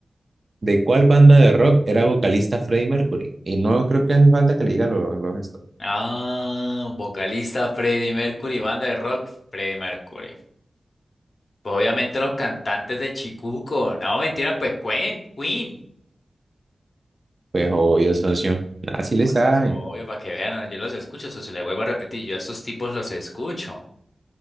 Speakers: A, on the right (about 40°); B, on the left (about 50°).
A: ¿de cuál banda de rock era vocalista Freddie Mercury? Y no creo que hace falta que le diga los los esto.
B: Ah, vocalista Freddie Mercury, banda de rock Freddie Mercury. Pues obviamente los cantantes de Chicuco. No, mentiras, pues Queen, Queen.
A: Pues obvio, socio. Así le
B: No,
A: sabe.
B: eso es obvio para que vean, yo los escucho, socio, le vuelvo a repetir, yo a esos tipos los escucho.